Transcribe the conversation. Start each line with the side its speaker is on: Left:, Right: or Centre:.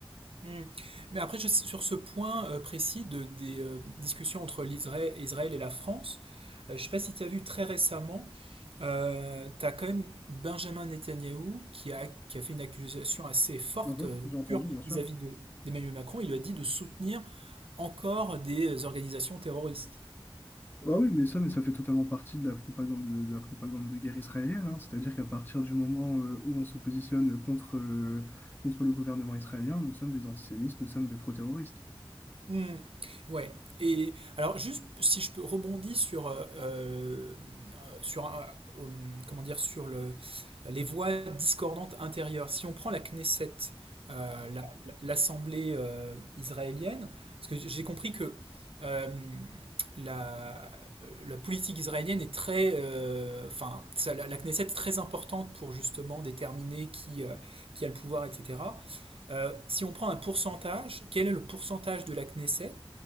Right: Hmm. Mais après, je- sur ce point euh, précis de, des euh, discussions entre l'Israël Israël et la France, euh, je ne sais pas si tu as vu très récemment, tu as quand même Benjamin Netanyahou qui a, qui a fait une accusation assez forte
Left: Mhm,
Right: euh,
Left: j'ai entendu,
Right: dure
Left: bien sûr.
Right: vis-à-vis de, d'Emmanuel Macron. Il lui a dit de soutenir encore des euh, organisations terroristes.
Left: Ah oui, mais ça, mais ça fait totalement partie de la propagande de, la propagande de guerre israélienne. hein. C'est-à-dire qu'à partir du moment euh, où on se positionne contre, euh, contre le gouvernement israélien, nous sommes des antisémites, nous sommes des pro-terroristes.
Right: Hmm. Ouais. Et alors, juste si je peux rebondir sur, euh, euh, sur un- euh, comment dire, sur le, les voix discordantes intérieures. Si on prend la Knesset, euh, la- la- l'Assemblée euh, israélienne, parce que j'ai compris que euh, la, la politique israélienne est très, euh, enfin, ça- la, la Knesset est très importante pour justement déterminer qui, euh, qui a le pouvoir, etc. Euh, si on prend un pourcentage, quel est le pourcentage de la Knesset